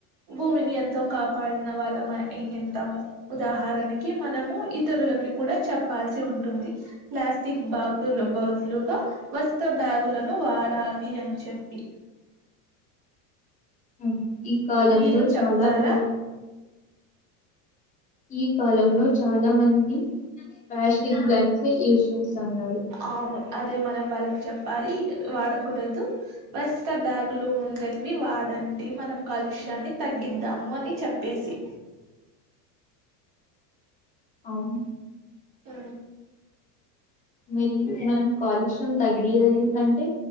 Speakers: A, on the right; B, on the left.
A: భూమిని ఎంతో కాపాడిన వాళ్ళ మై యి ఉంటాము ఉదాహరణకి మనము ఇతరులకి కూడ చెప్ ప్పాల్సి ఉంటుంది ప్లాస్టిక్ బ్యాగ్లకు బదులుగా వస్త్ర బ్యాగులను వాడాలి అని చెప్పి
B: హ్మ ఈ కాలంలో
A: మీరు చెప్తారా
B: చాలా ప్రయ ఈ కాలంలో చాలా మంది ప్లాస్టిక్ బ్యాగ్స్ నీ యూస్ చేస్తా అన్నారు
A: అవును అదే మనం వాళ్ళకి చెప్పాలీ వాడకూడదు వస్త్ర బ్యాగు లో ఉండేటివీ వాడండి మనం కాలుష్యాన్ని తగ్గిద్దాము అని చెప్పేసి
B: అవును
A: ఆ
B: మరియు మనం కాలుష్యం తగ్గియాలి అంటే